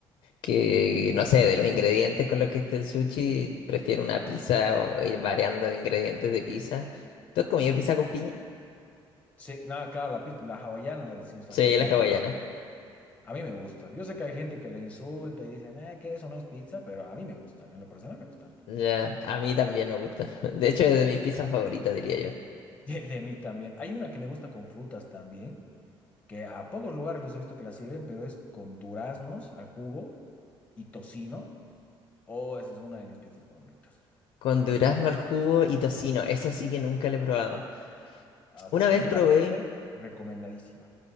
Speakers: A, on the left; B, on the left.
A: que no sé, de los ingredientes con los que esté el sushi, prefiero una pizza o ir variando de ingredientes de pizza. ¿Tú has comido pizza con piña?
B: Sí, nada, claro, la, piz- la hawaiana la decimos
A: Sí,
B: acá, que
A: la
B: el-
A: hawaiana.
B: a mí me gusta. Yo sé que hay gente que la insulta y dicen, eh, que eso no es pizza, pero a mí me gusta, en lo personal me gusta harto.
A: Ya, a mí también me gusta. <laughs> De hecho, es de mis pizzas favoritas, diría yo.
B: <laughs> de de mí también. Hay una que me gusta con frutas también que a pocos lugares los he visto que la sirven, pero es con duraznos al jugo y tocino. Oh, esa es una de mis pizzas favoritas.
A: Con durazno
B: O sea,
A: al jugo y tocino. Esa sí que nunca la he probado.
B: ah,
A: Una
B: si te
A: vez
B: animas
A: probé.
B: a hacer, recomendadísima.